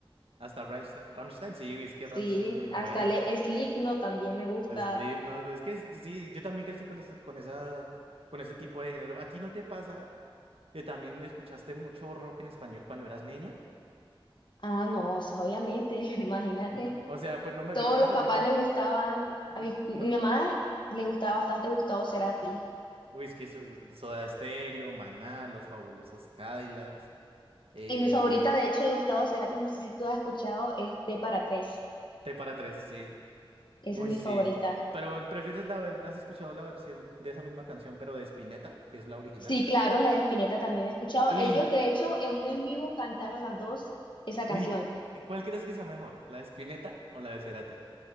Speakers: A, on the right; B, on the left.
A: hasta Rammstein. Rammstein, sí, es que
B: sí,
A: Rammstein es muy
B: hasta
A: bueno.
B: Le Slipknot también me gusta.
A: Slipknot, es que es- sí, yo también crecí con esa, con esa, con ese tipo de género. ¿A ti no te pasa que también escuchaste mucho rock en español cuando eras niña?
B: Ah, no, eso obviamente, <laughs> imagínate.
A: N- O sea, pues no me,
B: Todos
A: pero no me
B: los
A: refiero.
B: papás le gustaban,
A: n-
B: a mi, mi
A: No,
B: mamá le gustaba bastante Gustavo Cerati.
A: Uy, es que eso- Soda Stereo, Maná, Los Fabulosos Cadillacs, eh,
B: Y mi favorita, de hecho, de Gustavo Cerati, no sé si tú has escuchado, es T para tres.
A: T para tres, sí.
B: Esa
A: Uy,
B: es mi
A: sí.
B: favorita.
A: Pero ¿prefieres la ver, has escuchado la versión de esa misma canción, pero de Spinetta, que es la original?
B: Sí, claro, la de Spinetta también la he escuchado.
A: Uy,
B: Ellos, de hecho, en un en vivo cantaron las dos esa
A: uy,
B: canción,
A: cu- eh, ¿cuál crees que sea mejor? ¿La de Spinetta o la de Cerati?